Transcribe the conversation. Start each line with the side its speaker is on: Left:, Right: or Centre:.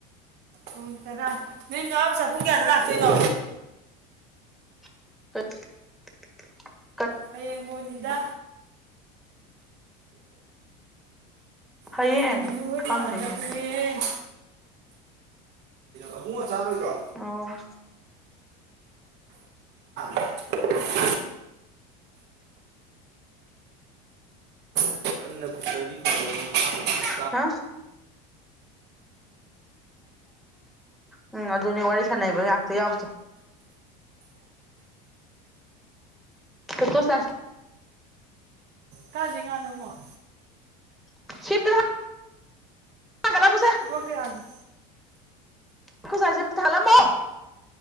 Right: ꯄꯨꯡ ꯇꯔꯥ ꯅꯣꯏ ꯅꯃꯥ ꯆꯥ ꯄꯨꯡ ꯀꯌꯥꯗ ꯂꯥꯛꯇꯣꯏꯅꯣ
Centre: <unintelligible>
Right: ꯍꯌꯦꯡ ꯍꯣꯅꯤꯗ
Centre: ꯍꯌꯦꯡ
Right: ꯑꯌꯦꯒꯤ ꯅꯤꯂꯨ ꯍꯣꯏ
Centre: ꯈꯪꯗꯦꯅꯦ
Right: ꯂꯛꯑꯥꯗꯕꯅꯦ ꯑꯕꯨꯡꯉꫭ ꯆꯥꯔꯣꯏꯗ꯭ꯔꯣ
Centre: ꯑꯣ
Right: <unintelligible> <unintelligible>
Centre: <unintelligible> ꯎꯝ ꯑꯗꯨꯅꯤ ꯋꯥꯔꯤ ꯁꯥꯟꯅꯩꯕ ꯉꯥꯛꯇ ꯌꯥꯎꯆꯣ ꯐꯣꯇꯣ <unintelligible>
Right: ꯀꯥꯥꯁꯦ ꯉꯥꯅꯣꯃꯨꯛ
Centre: <unintelligible> <unintelligible>
Right: ꯂꯨꯄꯥ ꯀꯌꯥꯒꯤ
Centre: ꯑꯩꯈꯣꯏ ꯁꯥꯏꯖꯦ ꯑꯃꯇ ꯊꯜꯂꯝꯃꯣ